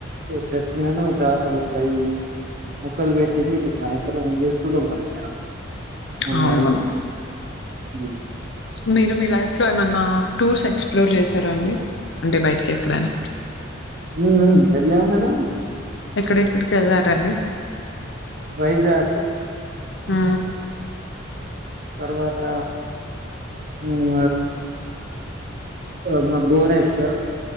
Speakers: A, on the right; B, on the left.
A: చట్నీను చాపల ఫ్రై ముక్కలు పెట్టింది ఇప్పుడు సాయంత్రం ఏం చేస్తదో మరి మేడం మా
B: అవునం
A: మేడం హ్మ్.
B: మీరు మీ లైఫ్ లో ఏమన్నా టూర్స్ ఎక్స్ప్లోర్ చేశారా అండి అంటే బయటికి ఎక్కడైనా
A: ఉమ్ ఉమ్ వెళ్ళాంగదా
B: ఎక్కడెక్కడికి వెళ్లారని
A: వైజాకు
B: ఆ
A: తర్వాత ఉమ్ అ మ భువనేశ్వర్